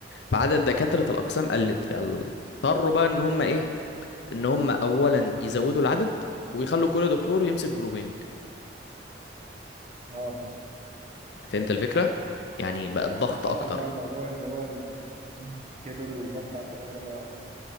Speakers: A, on the left; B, on the right.
A: فعدد دكاترة الاقسام قلت فاضطروا بقى ان هم ايه ان هم اولا يزودوا العدد ويخلوا كل دكتور يمسك جروبين
B: اه
A: فهمت الفكرة يعني بقى الضغط
B: فحصل
A: اكتر
B: بقى الموضوع اللي هو ال- التيم كبر والضغط على الدكاترة بقى اكتر